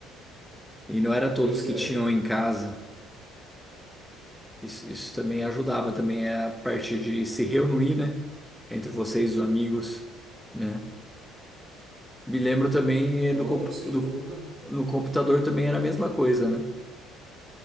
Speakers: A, in the centre; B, on the right (about 45°).
A: E não era todos
B: Pois
A: que
B: é.
A: tinham em casa. Isso, isso também ajudava também a parte de se reunir, né? Entre vocês, os amigos, né? Me lembro também eh,
B: Oh,
A: do, compu-
B: sem
A: do-
B: dúvida.
A: no computador também era a mesma coisa, né?